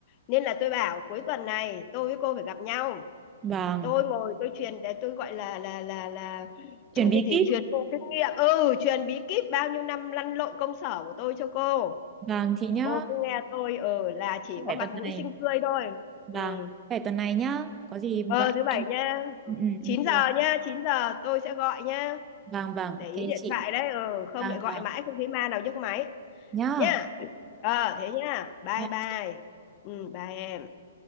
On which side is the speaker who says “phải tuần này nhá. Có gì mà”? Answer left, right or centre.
Right